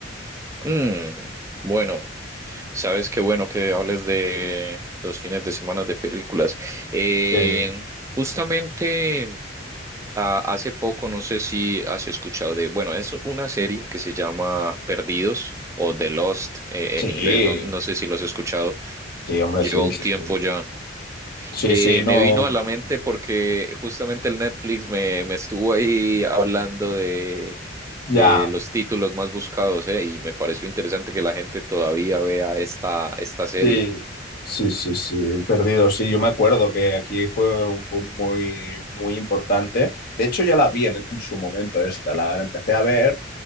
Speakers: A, on the right; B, on the left.
A: Mm, bueno, sabes qué bueno que hables de los fines de semana de películas. Eh,
B: Eh,
A: justamente ah, hace poco, no sé si has escuchado de, bueno, es una serie que se llama Perdidos o The Lost eh,
B: sí,
A: en inglés, no, no sé si lo has escuchado,
B: sí, hombre,
A: lleva
B: sí,
A: un
B: sí,
A: tiempo
B: sí.
A: ya.
B: Sí,
A: Eh,
B: sí, no.
A: me vino a la mente
B: sí.
A: porque justamente el Netflix me, me estuvo ahí hablando de,
B: Ya,
A: de los títulos más buscados, eh, y me pareció interesante que la gente todavía vea esta, esta serie.
B: Sí, sí, sí, sí, el perdido, sí, yo me acuerdo que aquí fue un boom muy, muy importante. De hecho, ya la vi en, en su momento esta, la, la empecé a ver